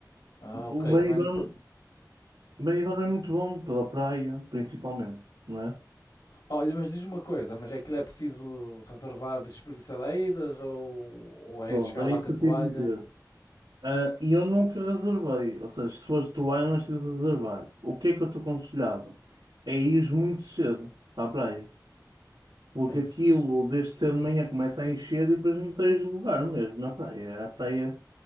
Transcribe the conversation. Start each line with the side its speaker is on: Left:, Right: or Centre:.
Left: Ah, ok,
Right: O Benidorm,
Left: também não. per-
Right: Benidorm é muito bom pela praia, principalmente, não é?
Left: Olha, mas diz-me uma coisa, mas é que é preciso reservar espreguiçadeiras ou, ou é
Right: Pronto,
Left: chegar
Right: é
Left: lá
Right: isso
Left: com
Right: que
Left: a toalha?
Right: eu te ia dizer. Ah, e eu nunca reservei, ou seja, se fores de vai, não é preciso reservar. O que é que eu te aconselhava? É ir muito cedo à praia, porque
Left: Ei,
Right: aquilo desde cedo de manhã começa a encher e depois não tens lugar mesmo na praia. A praia